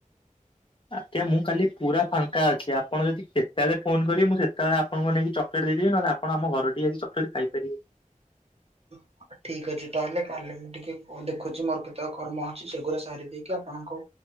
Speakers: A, on the right; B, on the left.
A: <inaudible>
B: ଆଜ୍ଞା ମୁଁ କାଲି ପୁରା ଫାଙ୍କା ଅଛି ଆପଣ ଯଦି କେତେବେଳେ ଫୋନ୍ କରିବେ ମୁଁ ସେତେବେଳେ ଆପଣଙ୍କୁ ନେଇକି ଚକ୍ଲେଟ୍ ଦେଇଦେବି ନହେଲେ ଆ। ପଣ ଆମ ଘରଟି ଆଜି ଚକ୍ଲେଟ୍ ଖାଇପାରିବେ।
A: <inaudible> ଠିକ୍ ଅଛି ତାହେଲେ କାଲି ମୁଁ ଟିକେ ଦେଖୁଚି ମୋର କେତେବେଳେ କର୍ମ ଅଛି ସେଗୁଡା ସାରି ଦେଇକି ଆପଣଙ୍କୁ।